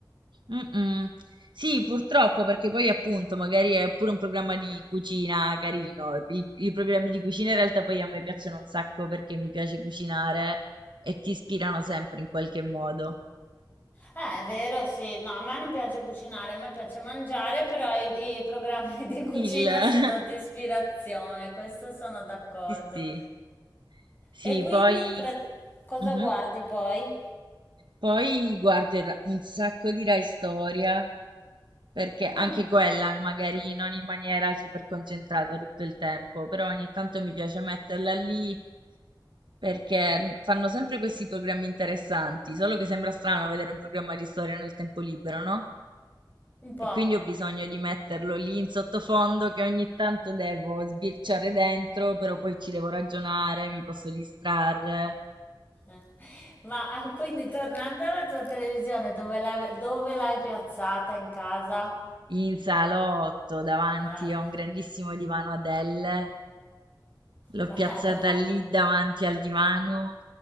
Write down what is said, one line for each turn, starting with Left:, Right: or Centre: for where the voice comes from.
Right: Mm-mm. Sì, purtroppo, perché poi appunto magari è pure un programma di cucina carino. I, i programmi di cucina in realtà poi a me piacciono un sacco perché mi piace cucinare e ti ispirano sempre in qualche modo.
Left: Eh, è vero, sì. No, a me non piace cucinare, a me piace mangiare, però i, i programmi <laughs> di cucina
Right: Il...
Left: sono
Right: <laughs>
Left: di ispirazione, questo sono d'accordo.
Right: Sì, sì, sì,
Left: E quindi,
Right: poi...
Left: pre- cosa
Right: Mhm.
Left: guardi poi?
Right: Poi guardo un sacco di Rai Storia, perché anche
Left: Mm,
Right: quella magari non in maniera super concentrata tutto il tempo, però ogni tanto mi piace metterla lì perché fanno sempre questi programmi interessanti, solo che sembra strano vedere un programma di storia nel tempo libero, no?
Left: un po'.
Right: E quindi ho bisogno di metterlo lì in sottofondo che ogni tanto devo sbirciare dentro, però poi ci devo ragionare, mi posso distrarre.
Left: Eh. Ma ah, quindi tornando alla tua televisione, dove la- dove l'hai piazzata in casa?
Right: In salotto, davanti
Left: Ah,
Right: a un grandissimo divano Adele. L'ho
Left: bello.
Right: piazzata lì davanti al divano.